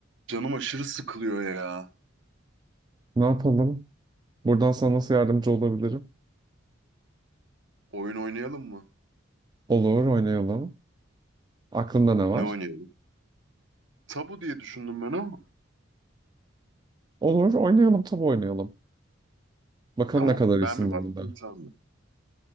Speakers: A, on the right; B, on the right.
A: Canım aşırı sıkılıyor ya.
B: Ne yapalım? Buradan sana nasıl yardımcı olabilirim?
A: Oyun oynayalım mı?
B: Olur, oynayalım. Aklında ne var?
A: Ne oynayalım? Tabu diye düşündüm ben ama.
B: Olur, oynayalım, tabii oynayalım. Bakalım
A: Tamam.
B: ne kadar
A: Ben
B: iyisin
A: mi baktım
B: bu arada.
A: sen mi?